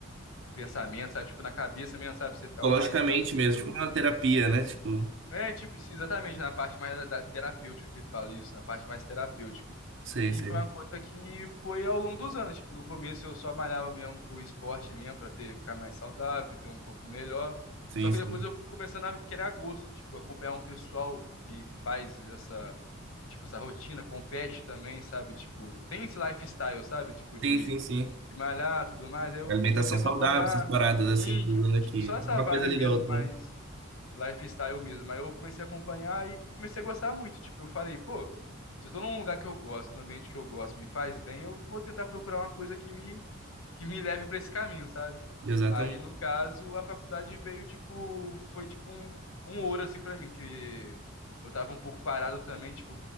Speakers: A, on the left (about 85°); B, on the right (about 60°).
A: pensamento, sabe? Tipo, na cabeça mesmo, sabe? Você ficava
B: Psicologicamente
A: mais tranquilo.
B: mesmo, tipo uma terapia, né? Tipo,
A: É, tipo, isso, exatamente, na parte mais da, da terapêutica que fala isso, na parte mais terapêutica.
B: sei,
A: E
B: sei.
A: foi uma coisa que foi ao longo dos anos, tipo, no começo eu só malhava mesmo pro esporte mesmo, pra ter, ficar mais saudável, ter um corpo melhor.
B: Sim,
A: Só que
B: sim.
A: depois eu fui começando a querer a gosto, tipo, acompanhar um pessoal que faz essa tipo, essa rotina, compete também, sabe? Tipo, tem esse lifestyle, sabe? Tipo, de,
B: Sim, sim, sim.
A: de malhar, tudo mais. Aí eu
B: Alimentação
A: comecei a
B: saudável,
A: acompanhar,
B: essas paradas assim,
A: uhum,
B: tudo
A: tipo,
B: aqui.
A: só essa
B: Uma
A: vibe
B: coisa liga
A: mesmo,
B: a outra,
A: mais
B: né?
A: lifestyle mesmo. Aí eu comecei a acompanhar e comecei a gostar muito. Tipo, eu falei, pô, se eu tô num lugar que eu gosto, num ambiente que eu gosto, me faz bem, eu vou tentar procurar uma coisa que me que me leve para esse caminho, sabe?
B: Exatamente.
A: Aí, no caso, a faculdade veio, tipo, foi tipo um, um ouro, assim, pra mim, que eu tava um pouco parado também, tipo,